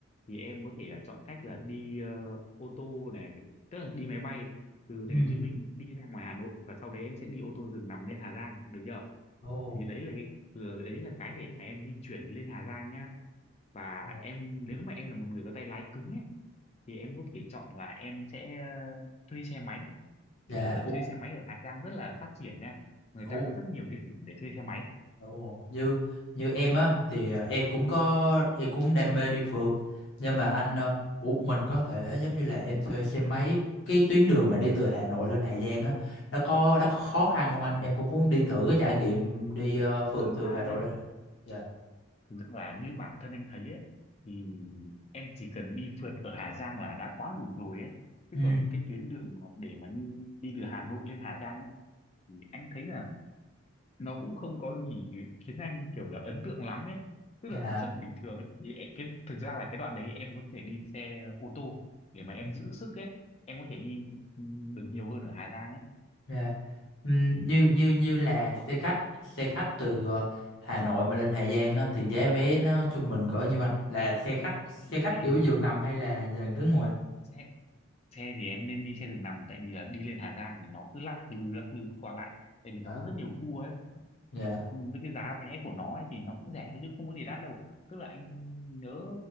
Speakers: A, on the left; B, on the left.
A: thì em có thể là chọn cách là đi ờ, ô tô này tức là đi máy bay từ
B: ừ
A: thành phố Hồ Chí Minh đi ra ngoài Hà Nội và sau đấy em sẽ đi ô tô giường nằm lên Hà Giang được chưa
B: ồ
A: thì đấy là cái là- đấy là cái để mà em di chuyển lên Hà Giang nhá và
B: dạ
A: em nếu mà em là một người có tay lái cứng ấy thì em có thể chọn là em sẽ ờ, thuê xe máy
B: Dạ,
A: tức là
B: ủa,
A: thuê xe máy ở Hà Giang rất là phát triển nha người
B: ủa
A: ta có rất nhiều địa điểm để thuê xe máy
B: Ồ, như như em á thì à, em cũng có em cũng đam mê đi phượt nhưng mà anh à, ủa mình có thể giống như là em thuê xe máy cái tuyến đường mà đi từ Hà Nội lên Hà Giang á nó có nó có khó khăn không anh em cũng muốn đi thử cái trải
A: thực
B: nghiệm đi
A: thực,
B: ờ, phượt
A: thực
B: từ
A: ra
B: Hà Nội
A: nhá
B: lên dạ
A: thực ra là như bản thân anh thấy ấy thì em chỉ cần đi phượt ở Hà Giang là đã quá đủ rồi ấy chứ
B: ừ
A: còn cái tuyến đường mà để mà như đi từ Hà Nội lên Hà Giang ấy thì anh thấy là nó cũng không có gì khiến anh kiểu là ấn tượng lắm ấy tức
B: dạ
A: là nó rất là bình thường ấy thì cái thực ra là cái đoạn đấy em có thể đi xe ô tô để mà em
B: ừ,
A: giữ sức ấy em có thể đi ừ, được nhiều hơn ở Hà Giang ấy
B: dạ ừ, như như như là
A: đúng không
B: xe khách xe khách từ ờ, Hà Nội mà lên Hà Giang á thì giá vé nó trung bình cỡ nhiêu anh là xe khách xe khách
A: vì
B: kiểu giường nằm hay là là ghế ngồi
A: xe xe thì em nên đi xe đường nằm tại vì là đi lên Hà Giang thì nó cứ lắc lư lắc lư qua lại tại vì nó
B: anh
A: có rất nhiều cua ấy
B: Dạ.
A: thì ừ, với cái giá vé của nó ấy thì nó cũng rẻ thôi chứ không có gì đắt đâu tức là anh nhớ